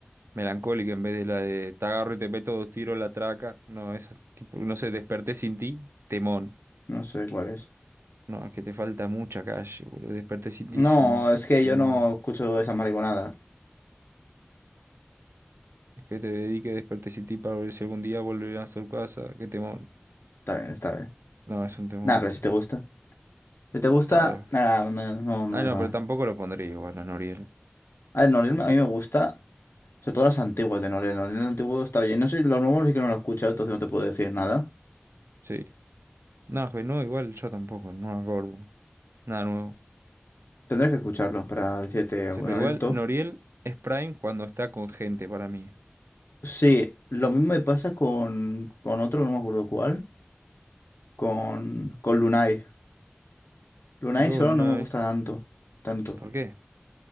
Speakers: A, on the right; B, on the left.
A: melancólicas en vez de la de Te agarro y te meto dos tiros la traca. No, esa tipo, no sé, Desperté sin ti, temón.
B: No sé cuál es.
A: No, es que te falta mucha calle, boludo. Desperté sin ti
B: No,
A: es un
B: es que
A: temón.
B: yo no escucho esa mariconada.
A: Que te dedique, despertes y ti para ver si algún día volverán a su casa. Qué temor
B: Está bien, está bien.
A: No, es un temor
B: Nada, pero si te gusta. Si te gusta,
A: Claro.
B: nada, no, no, no
A: Ah,
B: digo
A: no,
B: nada.
A: pero tampoco lo pondría igual a Noriel.
B: A ver, Noriel
A: Es
B: a
A: que,
B: mí me
A: no-
B: gusta, sobre todo las antiguas de Noriel. Noriel antiguo está bien. No sé, los nuevos sí que no lo he escuchado, entonces no te puedo decir nada.
A: sí. No, pues no, igual yo tampoco, no me acuerdo. Nada nuevo.
B: Tendré que escucharlo para decirte,
A: Sí,
B: bueno,
A: pero
B: el
A: igual
B: top.
A: Noriel es Prime cuando está con gente para mí.
B: Sí, lo mismo me pasa con, con otro, no me acuerdo cuál, con, con Lunay. Lunay
A: Luna.
B: solo no me gusta tanto, tanto.
A: ¿Por qué?